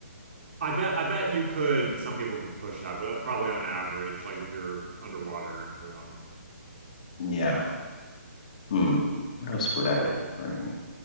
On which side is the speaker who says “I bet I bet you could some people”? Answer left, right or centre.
Right